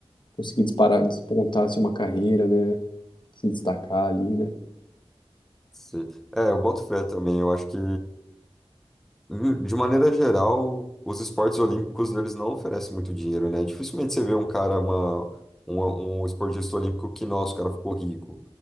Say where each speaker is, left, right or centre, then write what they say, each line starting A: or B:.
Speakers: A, on the left; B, in the centre.
A: conseguir disparar, despontar, assim, uma carreira, né? Se destacar ali, né?
B: Sim. É, eu boto fé também. Eu acho que, hum, de maneira geral, os esportes olímpicos eles não oferecem muito dinheiro, né? Dificilmente você vê um cara, uma, uma- um esportista olímpico que, nossa, o cara ficou rico.